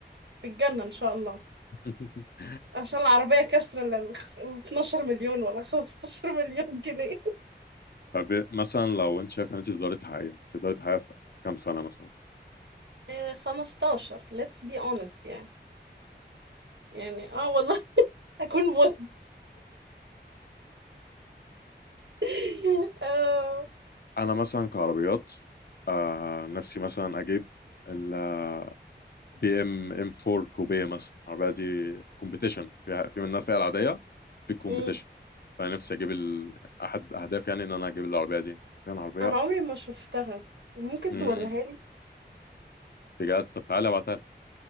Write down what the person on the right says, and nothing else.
في الجنه ان شاء الله
عشان العربيه كسر لل 12 مليون ولا 15 مليون جنيه
آه، 15 let's be honest يعني يعني اه والله <laughs> اكون مت <laughs> آه.
مم.
انا عمري ما شفتها ممكن
توريها لي